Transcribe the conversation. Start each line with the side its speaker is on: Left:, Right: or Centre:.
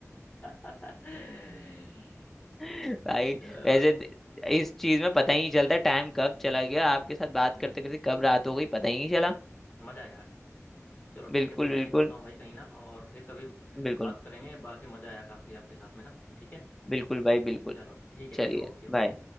Left: <laughs>
Centre: <laughs> भाई
Left: चलो
Centre: वैसे द- इस चीज में पता ही नहीं चलता टाइम कब चला गया आपके साथ बात
Left: हम्म
Centre: करते करते कब रात हो गई पता ही नहीं चला
Left: मजा आया यार चलो ठीक
Centre: बिल्कुल
Left: है फिर मैं
Centre: बिल्कुल
Left: निकलता हूँ भाई कहीं ना और फिर कभी
Centre: बिल्कुल
Left: बात करेंगे बाकी मजा आया काफी आपके साथ में ना ठीक है
Centre: बिल्कुल भाई बिल्कुल
Left: चलो ठीक है
Centre: चलिए
Left: भाई ओके
Centre: बाय
Left: बाय